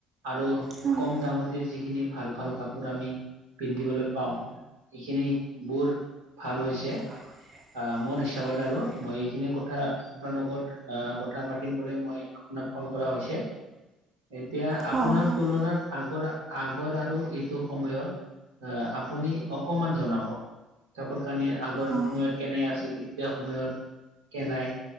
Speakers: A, on the right; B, on the right.
A: আৰু
B: হয়
A: কম দামত তে যিখিনি ভাল - ভাল কাপোৰ আমি পিন্ধিবলৈ পাওঁ এইখিনি বুৰ ভাল হৈছে।
B: ভাল হৈছে,
A: আহ মোৰ হিচাপত
B: আ
A: আৰু
B: মোৰ
A: মই এইখিনি কথা আমাৰ লগত কথা পাতিম মই আপোনাক ফোন কৰা হৈছে? এতিয়া আপোনাৰ
B: হয় হয়
A: তুলনাত আগৰ - আগৰ আৰু এইটো সময়ৰ আ আপুনি অকমান জনাব? চাপৰ কানি আগৰ
B: অঁ
A: সময়ত কেনে আছিল এতিয়া সময়ত কেনাই